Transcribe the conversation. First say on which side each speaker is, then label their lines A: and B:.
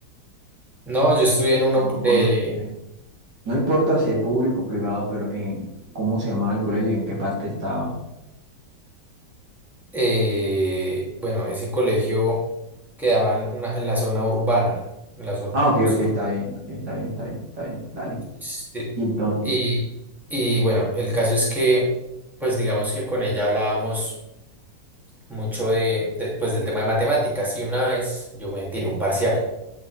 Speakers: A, in the centre; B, on the right.
A: No, yo estudié en uno
B: Cuando,
A: de,
B: cuando viviste? No importa si es público o privado, pero en cómo se llamaba el colegio y en qué parte estaba.
A: eh, bueno, ese colegio quedaba en, una- en la zona urbana, en la sur-
B: Ah, ok,
A: en sur-
B: ok, está bien, ok, está bien, está bien, está bien, dale.
A: sí.
B: Y entonces,
A: Y, y bueno, el caso es que, pues digamos que con ella hablábamos mucho de, de, pues del tema de matemáticas y una vez yo me tiré un parcial.